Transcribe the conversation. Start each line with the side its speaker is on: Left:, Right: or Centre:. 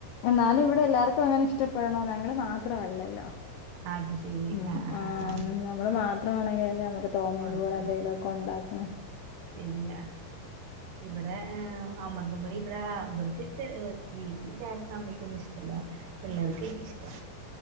Left: എന്നാലും ഇവടെ എല്ലാർക്കും അങ്ങനെ ഇഷ്ടപ്പെടണോ ഞങ്ങള് മാത്രം അല്ലാല്ലോ
Right: അത് ശരി
Left: ഉം
Right: ആ ആ
Left: ആഹ്
Right: ആ ആ
Left: നമ്മള് മാ എത്ര വേണെങ്കിലും ഇനി നമ്മക്ക് തോന്നിയതുപോലെ
Right: കൊഴപ്പല്ല
Left: എന്തെങ്കിലും ഒക്കെ ഒണ്ടാക്കണേ
Right: ശരിയാ ഇവടെ ഏഹ് അമൃതംപൊടി ഇവടെ ഇവർക്ക് ഇഷ്ട ഏഹ് വീട്ടില് ചേട്ടനും അമ്മാക്കൊന്നും ഇഷ്ട്ടല്ലാ പിള്ളേർക്കു എനിക്കും ഇഷ്ട്ടാ